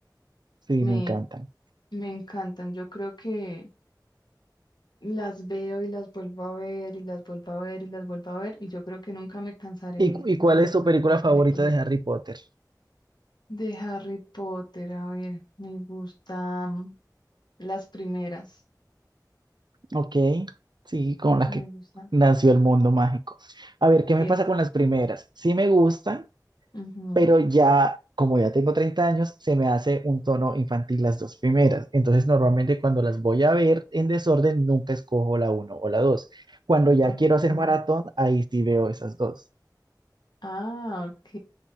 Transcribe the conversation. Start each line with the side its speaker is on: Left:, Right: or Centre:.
Right: sí,
Left: me,
Right: me encantan.
Left: me encantan. Yo creo que las veo y las vuelvo a ver y las vuelvo a ver y las vuelvo a ver y yo creo que nunca me cansaré
Right: ¿Y, cu- y
Left: de
Right: cuál
Left: ver
Right: es tu
Left: la-
Right: película
Left: las
Right: favorita
Left: películas
Right: de Harry Potter?
Left: de Harry Potter. A ver, me gustan las primeras,
Right: Ok, sí, con la
Left: me
Right: que
Left: gusta
Right: nació el mundo mágico. A ver, ¿qué me
Left: esa.
Right: pasa con las primeras? Sí me gustan,
Left: Ujú,
Right: pero ya, como ya tengo 30 años, se me hace un tono infantil las dos primeras. Entonces, normalmente cuando las voy a ver en desorden, nunca escojo la uno o la dos. Cuando ya
Left: ok.
Right: quiero hacer maratón, ahí sí veo esas dos.
Left: Ah, ok.